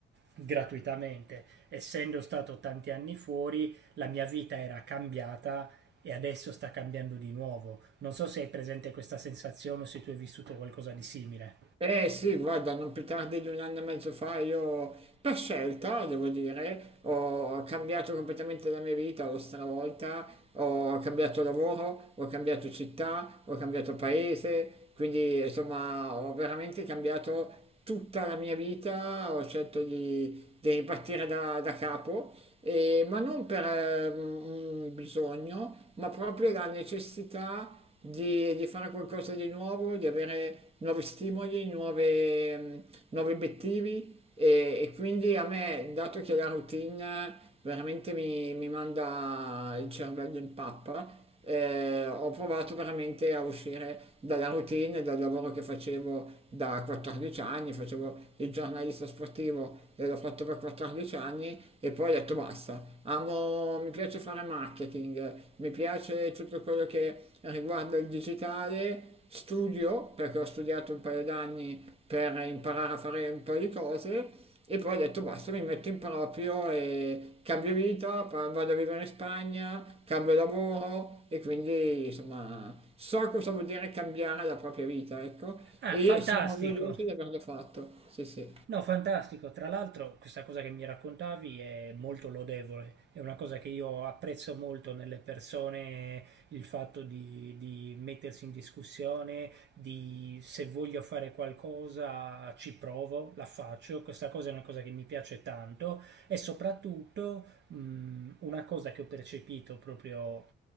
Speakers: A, on the right; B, on the right.
A: gratuitamente. Essendo stato tanti anni fuori, la mia vita era cambiata e adesso sta cambiando di nuovo. Non so se hai presente questa sensazione o se tu hai vissuto qualcosa di simile.
B: Eh, sì, guarda, non più tardi di un anno e mezzo fa io, per scelta, devo dire, ho cambiato completamente la mia vita, l'ho stravolta, ho cambiato lavoro, ho cambiato città, ho cambiato paese, quindi insomma ho veramente cambiato tutta la mia vita, ho scelto di, di ripartire da, da capo, e- ma non per eh, un un bisogno, ma proprio la necessità di, di fare qualcosa di nuovo, di avere nuovi stimoli, nuove, mh, nuovi obiettivi e, e quindi a me, dato che la routine veramente mi, mi manda il cervello in pappa, eh, ho provato veramente a uscire dalla routine, dal lavoro che facevo da 14 anni, facevo il giornalista sportivo e l'ho fatto per 14 anni e poi ho detto basta, amo No, mi piace fare marketing, mi piace tutto quello che riguarda il digitale, studio perché ho studiato un paio d'anni per imparare a fare un paio di cose e poi ho detto basta, mi metto in proprio e cambio vita, pa- vado a vivere in Spagna, cambio lavoro e quindi insomma so cosa vuol dire cambiare la propria vita, ecco,
A: Ah,
B: e
A: fantastico!
B: sono orgoglioso di averlo fatto. Sì, sì,
A: No, fantastico. Tra l'altro, questa cosa che mi raccontavi è molto lodevole. È una cosa che io apprezzo molto nelle persone, il fatto di, di mettersi in discussione, di se voglio fare qualcosa ci provo, la faccio. Questa cosa è una cosa che mi piace tanto e soprattutto mh, una cosa che ho percepito proprio